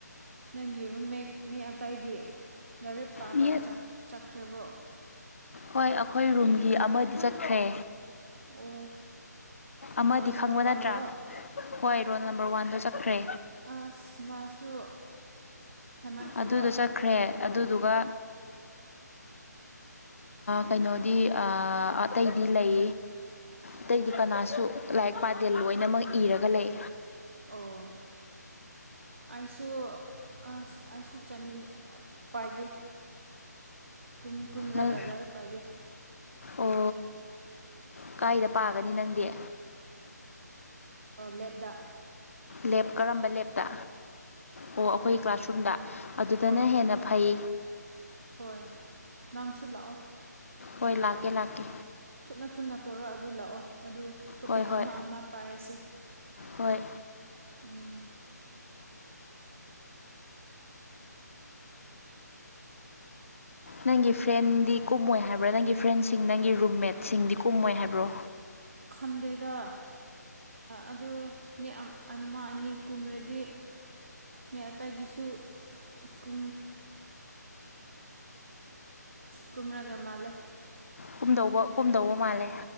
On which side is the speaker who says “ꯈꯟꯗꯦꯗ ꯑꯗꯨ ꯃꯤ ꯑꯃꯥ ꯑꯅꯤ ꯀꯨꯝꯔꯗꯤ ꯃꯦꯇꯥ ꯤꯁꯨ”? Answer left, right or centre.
Right